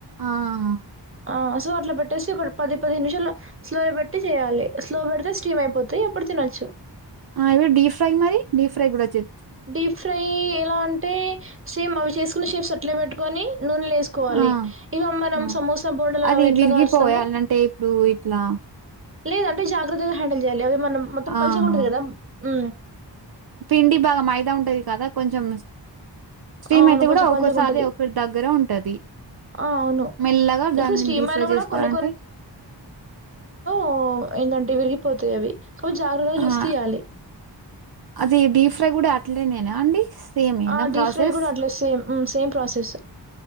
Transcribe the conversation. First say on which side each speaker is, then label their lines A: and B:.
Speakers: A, on the right (about 60°); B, on the right (about 30°).
A: ఆ
B: ఆ సో అట్లా పెట్టేసి ఒక పది పదిహ నిమిషాలు స్లోలో పెట్టి చేయాలి స్లో పెడితే స్టీమ్ అయిపోతాయి ఎప్పుడు తినొచ్చు
A: ఆ ఇవి డి ఫ్రై మరి డిప్ ప్ప్ఫ్రై కూడా చే
B: డిఫ్ ఫ్రై ఎలా అంటే సేమ్ అవి చేసుకున్న షేప్స్ అట్లే పెట్టుకొని నూనె వేసుకోవాలి
A: ఆ
B: ఇక మనం
A: ఆ
B: సమోసా బోడలు
A: అది
B: ఎట్లా
A: విరిగిపోయాలంటే
B: కాలుస్తాము
A: ఇప్పుడు ఇట్లా
B: లేదంటే జాగ్రత్తగా హ్యాండిల్ చేయాలి అవి మనం మొత్తం పల్చగుంటది
A: ఆహా
B: కదా ఉ
A: పిండి బాగా మైదా ఉంటది కదా కొంచెం స్టీమ్
B: అవును
A: అయితే
B: కొంచెం
A: కూడా ఒక్కోసారి
B: పలుచగుంటది.
A: ఒకరి దగ్గరే ఉంటది
B: ఆ! అవును.
A: మెల్లగా
B: ఇప్పుడు
A: దాన్ని
B: స్టీమ్
A: డీ ఫ్రై
B: అయినా గూడా
A: చేసుకోవాలంటే
B: కొన్ని ఓ ఏంటంటే విరిగిపోతాయి అవి అవి జాగ్రత్తగా చూసి
A: ఆ
B: తీయాలి
A: అది డీప్ ఫ్రై కూడా అట్లేనేనా అండి సేమేనా
B: ఆ డిప్
A: ప్రాసెస్
B: ఫ్రై కూడా అట్లానే సేమ్ హు సేమ్ ప్రాసెస్